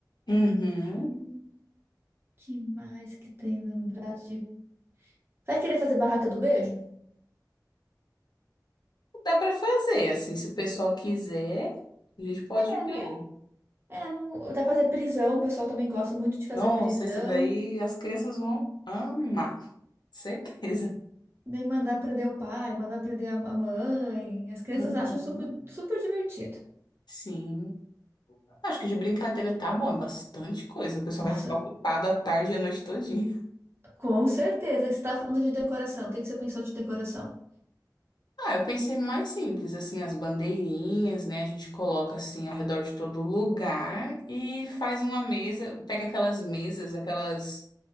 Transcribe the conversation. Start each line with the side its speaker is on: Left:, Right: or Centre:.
Left: Uhum.
Right: Hum, que mais que tem lembrado de. Vai querer fazer barraca do beijo?
Left: Dá pra fazer, assim, se o pessoal quiser, a gente pode
Right: É,
Left: ver.
Right: né É, não, dá pra fazer prisão, o pessoal também gosta muito de fazer
Left: Nossa,
Right: prisão.
Left: esse daí as crianças vão amar, certeza.
Right: Daí mandar prender o pai, mandar prender a, a mãe. As crianças
Left: Uhum.
Right: acham super, super divertido.
Left: Sim. Acho que de brincadeira tá bom, é bastante coisa. O pessoal
Right: Nossa,
Left: vai ficar ocupado a tarde e a noite todinha. <laughs>
Right: com certeza que você está falando de decoração. O que que você pensou de decoração?
Left: Ah, eu pensei no mais simples, assim, as bandeirinhas, né? A gente coloca assim ao redor de todo lugar e faz uma mesa, pega aquelas mesas, aquelas